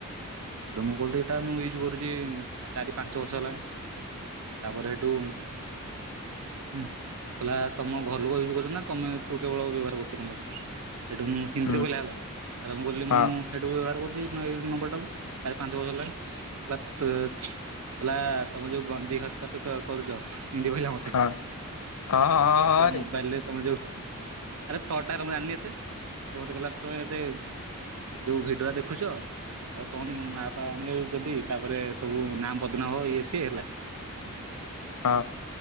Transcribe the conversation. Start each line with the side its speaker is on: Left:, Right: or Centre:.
Right: ରୋମ କୋଲ ଏଇଟା ମୁଁ ୟୁଜ କରୁଛି ଚାରି ପାଞ୍ଚ ବର୍ଷ ହେଲାଣି। ତାପରେ ହେଟୁ ହୁଁ କହିଲ ତମ ଘର ଲୋକ ୟୁଜ କରୁଛ ନା ତମେ ତୁ କେବଳ ବ୍ୟବହାର କରୁଛୁ ମୋଟ ସେଠୁ ମୁଁ ହିନ୍ଦିରେ
Left: ହୁଁ
Right: କହିଲ ହେଲା ମୁଁ କହିଲି
Left: ହଁ
Right: ମୁଁ ସେଇଠୁ ବ୍ୟବହାର କରୁଛି ଏଇ ନମ୍ବର ଟା କୁ। କାଲି ପାଞ୍ଚ ବର୍ଷଲା ପ ତ ହେଲା ତମେ ଯୋଉ ଗନ୍ଧି ହରକତ କରୁଛ। ଏ କହିଲା ମତେ
Left: ହଁ ହଁ ହଁ ହଁ
Right: ହେଲା ମୋବାଇଲ ରେ ତମେ ଯୋଉ ଆରେ ଛଅଟା ମୁଁ ଜଣିନି ଏତେଠ ମତେ କଲା ତ ଏତେ ଯୋଉ ଭିଡିରେ ଦେଖୁଛ ଆଉ କହନ ମାମା ମାପା ଆଣିବା ଯଦି ତାପରେ ସବୁ ନାମ ପଦନ ହ ଇଏ ସିଏ ହେଲା।
Left: ହଁ।